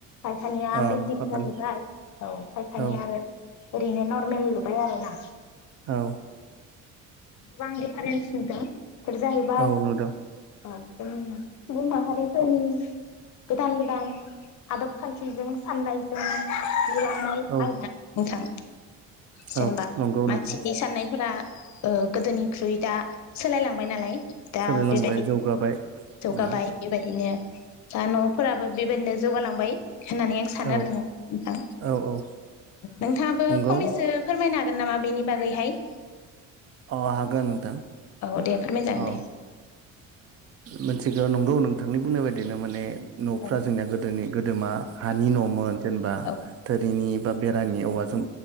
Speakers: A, on the left (about 60°); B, on the right (about 50°).
A: खायफानिया
B: अ
A: बिल्डिं
B: बागानि
A: जाहैबाय औ खायफानिया
B: औ
A: आरो ओरैनो नर्मेल लुबाय आरोना।
B: औ
A: वांडि दिफारेन्स नुदों बेफोर जाहैबाय
B: औ नुदों
A: ओं जोंनि सुबुं माहारिफोरनि गोदान गोदान आदब खान्थिजों साननायजों <unintelligible> थांनाय
B: औ
A: आरोना नोंथां। जेनेबा
B: औ नंगौ
A: मानसिनि
B: नोंथां
A: साननायफोरा ओ गोदोनिख्रुइ दा सोलायलांबाय नालाय। दा
B: सोलिलांबाय
A: बेबायदिनो
B: जौगाबाय
A: जौगाबाय
B: उम
A: बेबायदिनो दा न'फोराबो बेबायदिनो जौगालांबाय। होननानै आं सानो
B: औ
A: आरो नों नोंथां
B: औ औ
A: नोंथाङाबो
B: नंगौ
A: फंनैसो फोरमायनो हागोन नामा बेनि बागैहाय?
B: अ हागोन नोंथां।
A: औ दे फोरमायजागोन
B: अ ओ
A: दे
B: मिथिगौ नंगौ नोंथांनि बुंनाय बायदिनो माने न'फ्रा
A: औ
B: जोंनाया गोदोनि गोदोमा हानि न' मोन जेनेबा
A: औ
B: थोरिनि बा बे रानि औवाजों